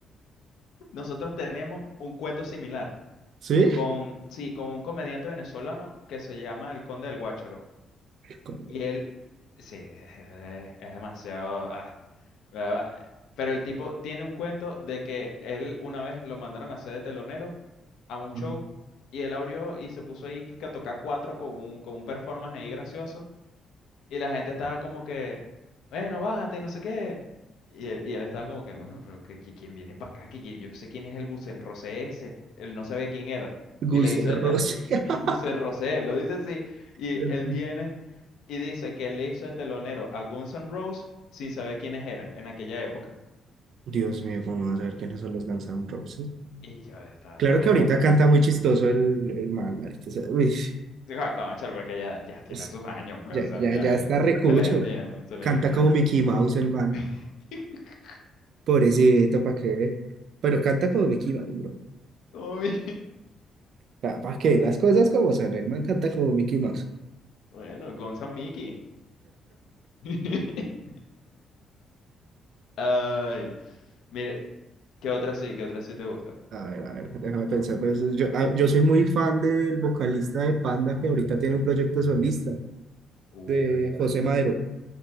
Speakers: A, on the left; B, on the right.
A: Nosotros tenemos un cuento similar.
B: ¿Sí?
A: Con, sí, con un comediante venezolano que se llama El Conde del Guácharo.
B: Con-
A: Y él, sí, es, es- es demasiado... ah, ¿verdad? pero el tipo tiene un cuento de que él una vez lo mandaron a hacer de telonero a un show
B: Ajá.
A: y él abrió y se puso ahí que a tocar cuatro con un, con un performance ahí gracioso. Y la gente estaba como que, bueno, bájate, no sé qué. Y él, y él estaba como que, bueno, pero que, que- ¿quién viene para acá? Que, que yo no sé quién es el Gusenrosé ese. Él no sabía quién era. Y
B: Guns
A: le hizo
B: N' Roses.
A: de tel- el
B: <laughs>
A: Gusenrosé, él lo dice así. Y
B: El-
A: él viene y dice que él le hizo de telonero a Guns N' Roses sin saber quiénes eran en aquella época.
B: Dios mío, ¿cómo no va a saber quiénes son los Guns N' Roses?
A: Y yo ya estaba,
B: Claro
A: tipo,
B: que ahorita
A: no, no.
B: canta
A: o sea,
B: muy chistoso el, el man, marica, o sea, uy,
A: Digo, conchale, porque ya, ya tiene
B: es-
A: sus años, pues,
B: ya,
A: o sea,
B: ya,
A: ya,
B: ya está
A: ya-
B: recucho.
A: se, se les entiende, se les
B: Canta
A: entiende.
B: como Mickey Mouse el man.
A: <laughs>
B: Pobrecito, ¿para qué? Pero canta como Mickey Mouse, bro.
A: Como mi-
B: ¿Para qué? Las cosas como son, el man canta como Mickey Mouse.
A: Bueno, Guns N' Mickey. <laughs> Ay, mire, ¿qué otra sí? ¿Qué otra sí te gusta?
B: A ver, a ver, déjame pensar. Pues, yo, ah, yo soy muy fan del vocalista de Panda que ahorita tiene un proyecto solista
A: Uh,
B: de José Madero.